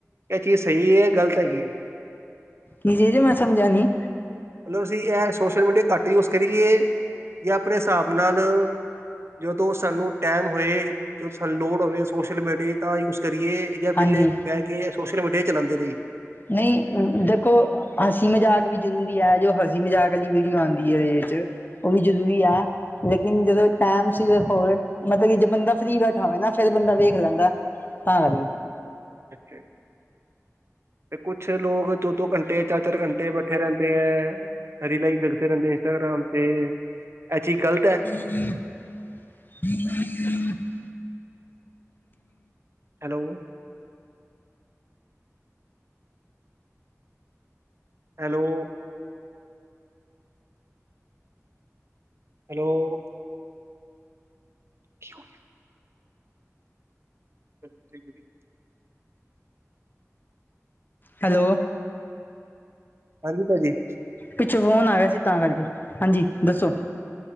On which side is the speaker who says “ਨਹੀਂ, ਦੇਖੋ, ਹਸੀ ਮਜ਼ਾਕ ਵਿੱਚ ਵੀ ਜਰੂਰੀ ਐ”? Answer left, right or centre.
Left